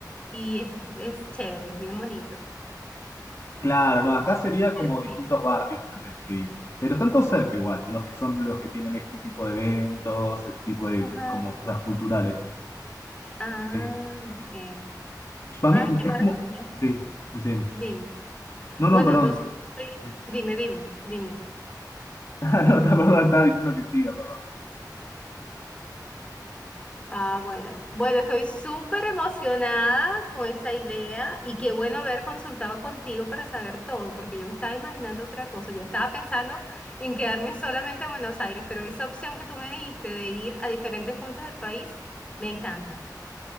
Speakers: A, on the left; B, on the left.
A: Y es, es chévere, es bien bonito.
B: Claro, no, acá sería como
A: Festiva.
B: distintos barrios que tendrías que ir. Pero están todos cerca igual, los que son los que tienen este tipo de eventos, este tipo de
A: Ajá.
B: como cosas culturales.
A: Ah,
B: Eh,
A: ok.
B: para
A: Ay,
B: mí
A: qué
B: es
A: maravilla.
B: como... Sí, decime.
A: Dime.
B: No,
A: Bueno,
B: no, perdón.
A: entonces,
B: decime.
A: sí,
B: Sí. <laughs>
A: dime, dime, dime.
B: Ah, no, está- perdón, estaba diciendo que siga, perdón.
A: Ah, bueno. Bueno, estoy súper emocionada con esa idea y qué bueno haber consultado contigo para saber todo, porque yo me estaba imaginando otra cosa. Yo estaba pensando en quedarme solamente en Buenos Aires, pero esa opción que tú me dijiste de ir a diferentes puntos del país, me encanta.